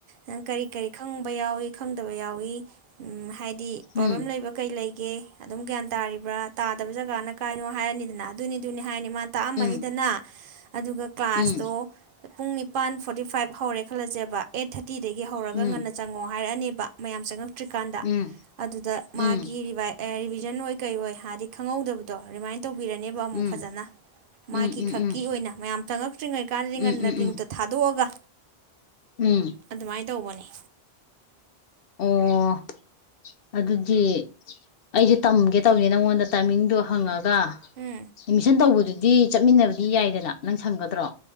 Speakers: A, on the right (about 60°); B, on the left (about 65°).
A: ꯅꯪ ꯀꯔꯤ ꯀꯔꯤ ꯈꯪꯕ ꯌꯥꯎꯏ ꯈꯪꯗꯕ ꯌꯥꯎꯏ ꯍꯥꯏꯗꯤ ꯄ꯭ꯔꯣꯕ꯭ꯂꯦꯝ
B: ꯎꯝ
A: ꯂꯩꯕ ꯀꯩ ꯂꯩꯒꯦ ꯑꯗꯨꯝ ꯒ꯭ꯌꯥꯟ ꯇꯥꯔꯤꯕ꯭ꯔꯥ ꯇꯥꯗꯕ ꯖꯒꯥꯟ ꯀꯥꯏꯅꯣ ꯍꯥꯏꯔꯅꯤꯗꯅ ꯑꯗꯨꯅꯤꯗꯨꯅꯦ ꯍꯥꯏꯅꯤ ꯃꯥ ꯇꯥꯛꯑꯝꯃꯅꯤꯗꯅ
B: ꯎꯝ
A: ꯑꯗꯨꯒ ꯀ꯭ꯂꯥꯁꯇꯣ
B: ꯎꯝ
A: ꯄꯨꯡ ꯅꯤꯄꯥꯟ ꯐꯣꯔꯇꯤ ꯐꯥꯏꯚ ꯍꯧꯔꯦ ꯈꯜꯂꯁꯦꯕ ꯑꯩꯠ ꯊꯥꯔꯇꯤ ꯇ ꯇꯤꯗꯒꯤ ꯍꯧꯔꯒ
B: ꯎꯝ
A: ꯉꯟꯅ ꯆꯪꯉꯣ ꯍꯥꯏꯔꯛꯑꯅꯦꯕ ꯃꯌꯥꯝ ꯆꯪꯉꯛ ꯐꯠꯇ꯭ꯔꯤꯀꯥꯟꯗ
B: ꯎꯝ
A: ꯑꯗꯨꯗ
B: ꯎꯝ
A: ꯃꯥꯒꯤ ꯔꯤꯚꯥꯏ ꯑꯦ ꯔꯤꯚꯤꯖꯟ ꯑꯣꯏ ꯀꯔꯤ ꯑꯣꯏ ꯍꯥꯏꯗꯤ ꯈꯪꯍꯧꯗꯕꯗꯣ ꯔꯤꯃꯥꯏꯟꯧ ꯇꯧꯕꯤꯔꯅꯦꯕ ꯑꯃꯨꯛ
B: ꯎꯝ
A: ꯐꯖꯅ
B: ꯎꯝ
A: ꯃꯥꯒꯤ
B: ꯎꯝ ꯎꯝ
A: ꯈꯛꯀꯤ ꯑꯣꯏꯅ ꯌꯥꯝꯇꯪꯉꯛ ꯊꯣꯛꯇ꯭ꯔꯤꯉꯩ ꯀꯥꯟꯗꯤ
B: ꯎꯝ
A: ꯉꯟꯅ
B: ꯎꯝ ꯎꯝ
A: ꯂꯤꯡꯇꯣ ꯊꯥꯗꯣꯛꯑꯒ
B: ꯎꯝ
A: ꯑꯗꯨꯃꯥꯏꯅ ꯇꯧꯕꯅꯤ
B: ꯑꯣ ꯑꯗꯨꯗꯤ ꯑꯩꯁꯦ ꯇꯝꯒꯦ ꯇꯧꯅꯤ ꯅꯪꯉꯣꯟꯗ ꯇꯥꯏꯃꯤꯡꯗꯣ ꯍꯪꯉꯒ
A: ꯎꯝ
B: ꯑꯦꯠꯃꯤꯁꯟ ꯇꯧꯕꯗꯨꯗꯤ ꯗꯤ ꯆꯠꯃꯤꯟꯅꯕꯗꯤ ꯌꯥꯏꯗꯅ ꯅꯪ ꯁꯪꯒꯗ꯭ꯔꯣ